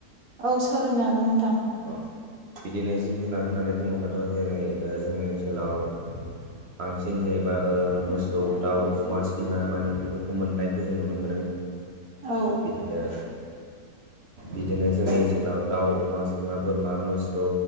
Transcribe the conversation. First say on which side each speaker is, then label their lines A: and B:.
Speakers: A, on the right; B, on the right.
A: औ सरायनो हागोन नोंथां
B: अ बिदिनो जिब जुनार होननानै बुङोबाथ' जेरै जोंनि ओनसोलाव बांसिन जेनेबा ओ मोसौ दाउ अमा सैमा मानि बेफोरखौ मोननायखौ जों नुनो मोनो ओ
A: औ
B: बिदिनो बिदिनो जोंनि ओनसोलाव दाउ अमा स मा बोरमा मोसौ